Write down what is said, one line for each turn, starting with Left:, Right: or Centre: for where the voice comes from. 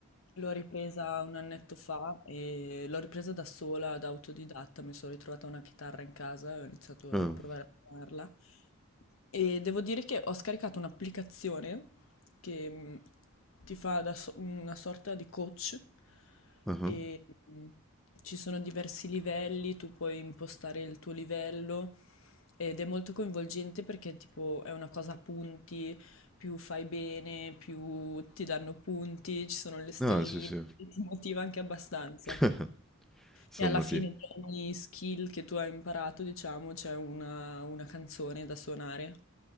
Left: l'ho ripresa un annetto fa e l'ho ripresa da sola, da autodidatta, mi sono ritrovata una chitarra in casa e ho iniziato
Centre: Ah,
Left: a provare a suonarla. E devo dire che ho scaricato un'applicazione che mh, ti fa da so- una sorta di coach
Centre: ah, ah.
Left: e mh, ci sono diversi livelli, tu puoi impostare il tuo livello ed è molto coinvolgente perché tipo è una cosa a punti, più fai bene, più ti danno punti, ci sono le stelline,
Centre: Ah, sì, sì.
Left: quindi ti motiva anche abbastanza.
Centre: <laughs> Insomma,
Left: E alla fine
Centre: sì.
Left: tra ogni skill che tu hai imparato, diciamo, c'è una, una canzone da suonare,